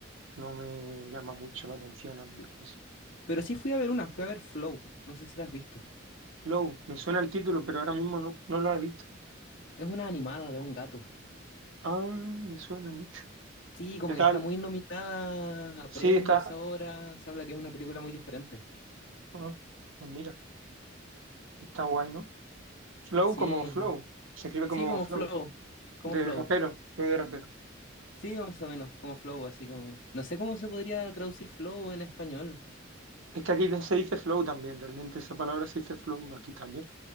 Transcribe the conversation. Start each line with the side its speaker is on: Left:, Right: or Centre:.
Right: No me llama mucho la atención algunas
Left: Sí.
Right: cosas.
Left: Pero sí fui a ver una, fui a ver Flow. No sé si la has visto.
Right: Flow, me suena el título, pero ahora mismo no, no lo he visto.
Left: Es una animada de un gato.
Right: Ah, me suena mucho.
Left: Sí, como
Right: ¿Qué tal?
Left: que está muy nominada a premios
Right: Sí, está.
Left: ahora. Se habla que es una película muy diferente.
Right: ah, pues mira, está guay, ¿no? Flow
Left: Sí,
Right: como Flow. Se escribe
Left: sí,
Right: como
Left: como
Right: Flow.
Left: Flow. Como
Right: De
Left: Flow.
Right: rapero, Flow de rapero.
Left: Sí, más o menos, como Flow, así como. No sé cómo se podría traducir Flow en español.
Right: Es que aquí se dice Flow también, realmente esa palabra se dice Flow aquí también.